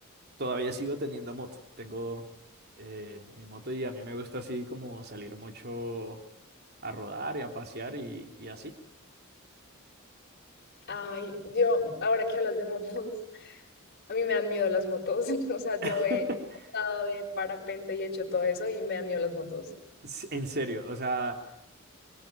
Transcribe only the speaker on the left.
Ay, yo, ahora que hablas de motos, a mí me dan miedo las motos, <laughs> o sea, yo
he estado de parapente y he hecho todo eso y me dan miedo las motos.